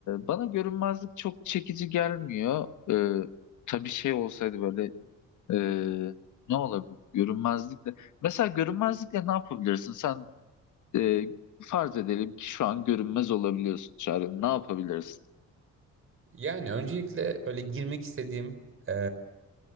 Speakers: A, on the left (about 75°); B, on the right (about 45°).
A: bana görünmezlik çok çekici gelmiyor. E, tabii şey olsaydı böyle ee, ne olabilir? Görünmezlikle. Mesela görünmezlikle ne yapabilirsin? Sen e, farz edelim ki şu an görünmez olabiliyorsun Çağrı. Ne yapabilirsin?
B: Yani öncelikle öyle girmek istediğim e,